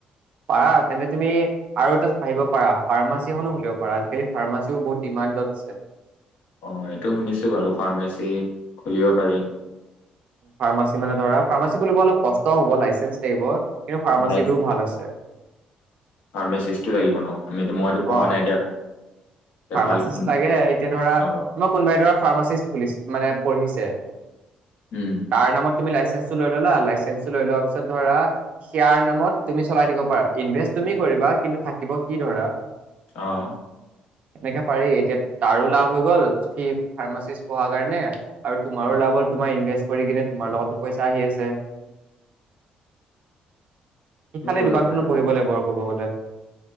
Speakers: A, on the right; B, on the left.
A: পাৰা তেন্তে তুমি আৰু এটা আহিব পাৰা ফাৰ্মাচ উ পাৰ আজাকালি ফাৰ্মা <inaudible> ও বহুত ডিমাণ্ডত আছে।
B: অ' এইটো শুনিছো বাৰু ফাৰ্মাচী খুলিব পাৰি।
A: ফাৰ্মাচী মানে ধৰা ফাৰ্মাচী খুলিব অলপ কষ্ট হব লাইচেন্ঞ্চ লাগিব। কিন্তু ফাৰ্মাচীটো
B: নাই
A: ভাল আছে
B: ফাৰ্মাচিজটো লাগিব ন। আমি মইতো পঢ়া
A: অ'
B: নাই এতিয়া এতিয়া
A: ফাৰ্মাচিষ্ট
B: ভাল কোন
A: লাগে এতিয়া ধৰা
B: অ
A: তোমাৰ কোনোবাই ধৰা ফাৰ্মাচিষ্ট খুলিছে। মানে পঢ়িছে।
B: উম
A: তাৰ নামত তুমি লাইচেন্স টো লৈ ল'লা লাইচেন্স টো লৈ লোৱা পিছত ধৰা সিয়াৰ নামত তুমি চলাই থাকিব পাৰা ইনভেষ্ট তুমি কৰিবা কিন্তু থাকিব সি ধৰা।
B: অ'
A: এনেকে পাৰি এতিয়া তাৰো লাভ হৈ গল সি ফাৰ্মাচিষ্ট পঢ়াৰ কাৰণে। আৰু তোমাৰ
B: অ'
A: লাভ হ'ল তোমাৰ ইনভেষ্ট কৰি কিনে তোমাৰ লগতো পইচা আহি আছে। সি
B: এইটো
A: খালি
B: কৰিব
A: দোকানখনত
B: পাৰি
A: পঢ়িব লাগিব আৰু ক'ব গ'লে।